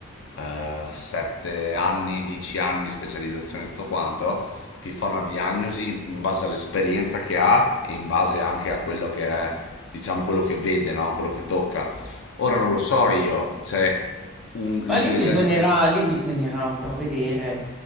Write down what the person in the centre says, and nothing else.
Ma
lì bisognerà,
lì bisognerà un po' vedere